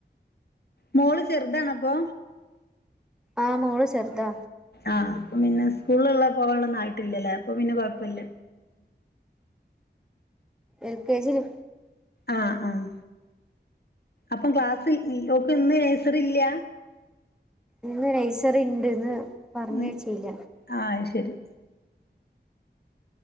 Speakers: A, on the left; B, in the centre.
A: മോള് ചെറുതാണപ്പൊ?
B: ആഹ് മോള് ചെർതാ
A: ആഹ് അപ്പം പിന്നെ സ്കൂള് ള്ള പോവാനുള്ള ആയിട്ടില്ലല്ലേ അപ്പൊ പിന്നെ കൊഴപ്പല്ല
B: എൽ കെ ജി ലാ
A: ആഹ് ആഹ്, അപ്പം ക്ലാസ്സ് ഇ ഓക്ക് ഇന്ന് നേഴ്സറി ഇല്ല?
B: ഇന്ന് നഴ്സറി ഇണ്ട് ഇന്ന് പറഞ്ഞയ്ചീല്ല
A: ഇന്ന് ആഹ് അത് ശരി